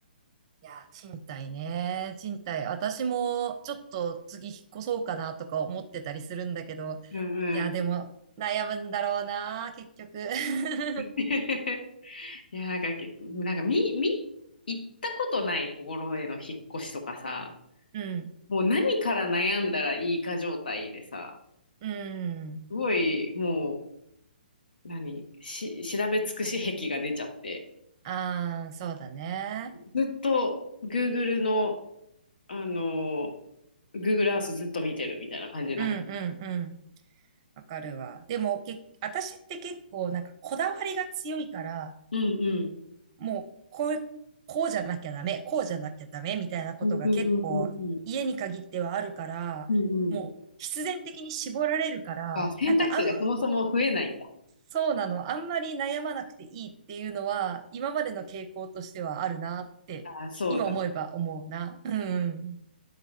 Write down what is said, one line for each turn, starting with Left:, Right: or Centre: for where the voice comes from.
Right: いやー、賃貸ね。賃貸。私もちょっと次引っ越そうかなとか思ってたりするんだけど。
Left: うんうん。
Right: いやー、でも悩むんだろうな、結局。<laughs>
Left: <laughs> いや、なんか、けなんか、み、み、行ったことないところへの引っ越しとかさ、
Right: うん。
Left: もう何から悩んだらいいか状態でさ、
Right: うん。
Left: すごい、もう、何、し、調べ尽くし癖が出ちゃって、
Right: ああ、そうだね。
Left: ずっと Google のあの、Google Earth ずっと見てるみたいな感じになって。
Right: うんうんうん。わかるわ。でも、け、私って結構なんかこだわりが強いから、
Left: うんうん
Right: もう、こう、こうじゃなきゃダメ、こうじゃなきゃダメみたいなことが結構家に限ってはあるから、
Left: うんうんうんうんうんうんうん
Right: もう必然的に絞られるから、
Left: あ、選択肢がそもそも増えないんだ。
Right: なんかあん、そうなの、あんまり悩まなくていいっていうのは、今までの傾向としてはあるなって、
Left: あ、そうだ。
Right: 今思えば思うな。うん、